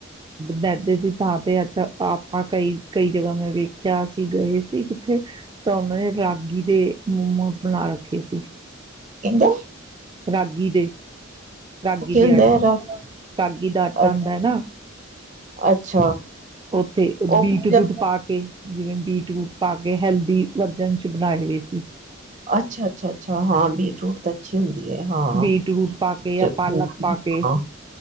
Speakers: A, on the right; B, on the right.
A: ਮੈਦੇ ਦੀ ਥਾਂ ਤੇ, ਅੱਛਾ ਆਪਾਂ ਕਈ ਕਈ ਜਗ੍ਹਾ ਮੈਂ ਵੇਖਿਆ ਅਸੀਂ ਗਏ ਸੀ, ਕਿੱਥੇ ਤਾਂ ਉਹਨਾਂ ਨੇ ਰਾਗੀ ਦੇ ਮੋਮੋਜ਼ ਬਣਾ ਰੱਖੇ ਸੀ।
B: ਇਦਾ
A: ਰਾਗੀ ਦੇ ਰਾਗੀ ਦੇ
B: ਹੁੰਦਾ
A: ਆ,
B: ਹੈ ਰਾ
A: ਰਾਗੀ ਦਾ ਆਟਾ
B: ਅ-
A: ਆਉਂਦਾ ਹੈ, ਨਾ।
B: ਅੱਛਾ।
A: ਉੱਥੇ
B: ਉਹ
A: ਬੀਟ
B: ਵੀ
A: ਰੂਟ ਪਾ, ਕੇ। ਜਿਵੇਂ ਬੀਟ ਰੂਟ ਪਾ ਕੇ, ਹੈਲਦੀ ਵਰਜਨ ਚ ਬਣਾਏ ਹੋਏ ਸੀ। <unintelligible>
B: ਅੱਛਾ। ਅੱਛਾ, ਅੱਛਾ, ਹਾਂ, ਬੀਟ ਰੂਟ ਤਾਂ, ਅੱਛੀ ਹੁੰਦੀ। ਹੈ ਹਾਂ
A: ਬੀਟ ਰੂਟ ਪਾ ਕੇ, ਯਾ
B: ਚ-
A: ਪਾਲਕ ਪਾ ਕੇ।
B: ਹਾਂ